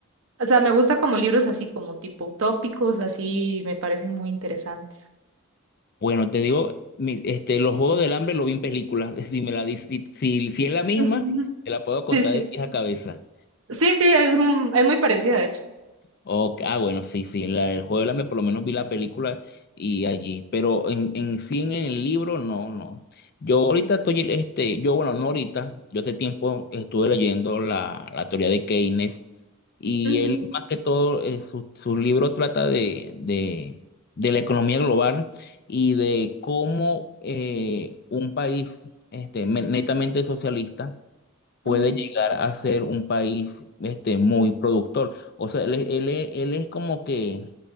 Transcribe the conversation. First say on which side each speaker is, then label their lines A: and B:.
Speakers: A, on the right (about 75°); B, on the left (about 50°).
A: o sea, me gusta como libros así como tipo utópicos, así me parecen muy interesantes.
B: Bueno, te digo, mi- este, los Juegos del Hambre lo vi en películas. <laughs> Si me la, di- si, si si es
A: <laughs>
B: la misma,
A: Ujú.
B: te la puedo contar
A: Sí, sí.
B: de pies a cabeza.
A: Sí, sí, es, mu- es muy parecida, de hecho.
B: Ok, ah, bueno, sí, sí, la- el juego del hambre, por lo menos vi la película y allí, pero en, en sí en el libro, no, no. Yo ahorita estoy, este, yo, bueno, no ahorita, yo hace tiempo estuve leyendo la, la teoría de Keynes y
A: Ujú,
B: él, más que todo, eh, su, su libro trata de, de, de la economía global y de cómo eh, un país este, me- netamente socialista puede
A: ujú,
B: llegar a ser un país este, muy productor. O sea, él, es- él, es él es como que